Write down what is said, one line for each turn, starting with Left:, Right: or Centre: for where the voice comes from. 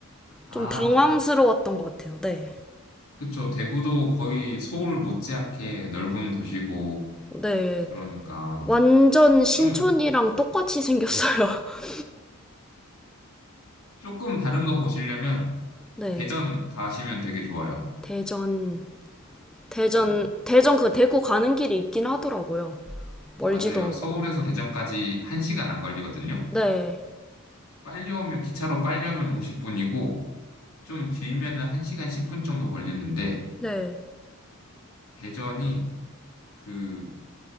Left: 아.
Centre: 좀 당황스러웠던 것 같아요, 네.
Left: 그쵸. 대구도 거의 서울 못지않게 넓은 도시고,
Centre: 네.
Left: 그러니까.
Centre: 완전 신촌이랑
Left: 좀,
Centre: 똑같이 생겼어요. <laughs>
Left: 조금 다른 거 보시려면
Centre: 네.
Left: 대전 가시면 되게 좋아요.
Centre: 대전, 대전,
Left: 네.
Centre: 대전 그 대구 가는 길이 있긴 하더라고요. 멀지도
Left: 맞아요.
Centre: 않고.
Left: 서울에서 대전까지 1시간 안 걸리거든요.
Centre: 네.
Left: 빨리 오면, 기차로 빨리 오면 50분이고, 좀 길면은 1시간 10분 정도 걸리는데,
Centre: 네.
Left: 대전이 그,